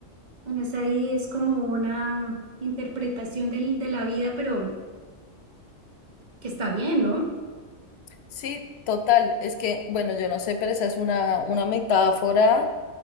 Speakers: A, on the right; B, on the left.
A: bueno, es ahí es como una interpretación del, de la vida, pero que está bien, ¿no?
B: Sí, total, es que, bueno, yo no sé, pero esa es una, una metáfora.